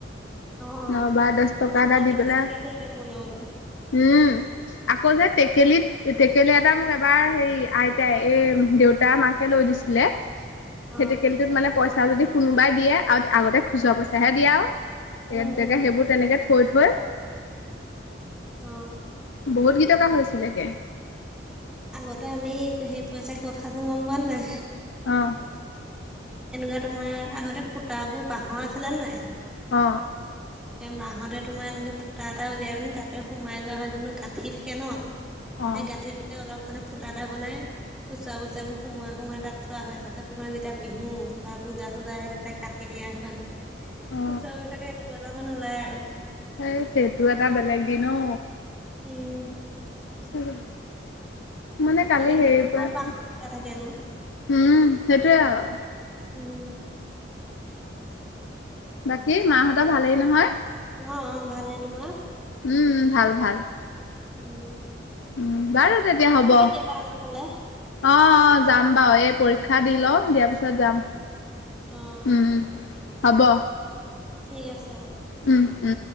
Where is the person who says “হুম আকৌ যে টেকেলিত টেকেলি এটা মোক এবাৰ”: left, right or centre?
Left